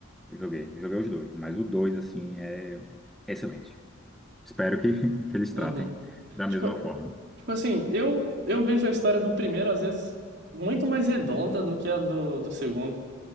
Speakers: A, in the centre; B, on the right.
A: Eu joguei, eu joguei os dois, mas o 2 assim, é excelente. Espero que, <laughs> que eles
B: Uhum.
A: tratem da mesma
B: Tipo,
A: forma.
B: tipo assim, eu, eu vejo a história do primeiro, às vezes, muito mais redonda do que a do, do segundo.